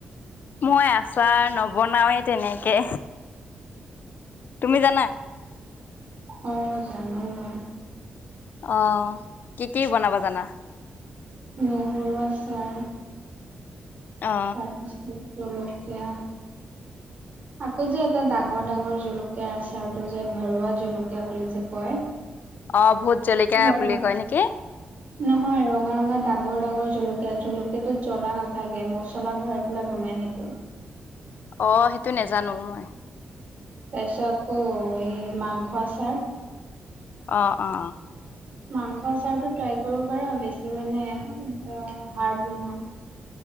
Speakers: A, on the left; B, on the right.
A: মই আচাৰ নবনাওৱে তেনেকে। তুমি জানা?
B: অঁ জানো মই।
A: অহ কি কি বনাবা জানা?
B: নহৰু আচাৰ
A: অ
B: তাৰপিছত জলকীয়া
A: <inaudible>
B: আকৌ যে এটা ডাঙৰ ডাঙৰ জলকীয়া আচাৰটো যে ভৰুৱা জলকীয়া বুলি যে কয়?
A: অঁ ভূত জলকীয়া
B: ৰঙা
A: বুলি কয় নেকি।
B: নহয় ৰঙা ৰঙা ডাঙৰ ডাঙৰ জলকীয়া জলকীয়াটোত জ্বলা নাথাকে মছলা ভৰাই পেলাই বনাই সেইটো।
A: অ সেইটো নেজানো মই।
B: তাৰপিছত আকৌ এই মাংস আচাৰ।
A: অ অ।
B: মাংস আচাৰটো ট্ৰাই কৰিব পাৰা বেছি মানে হাৰ্ড নহয়।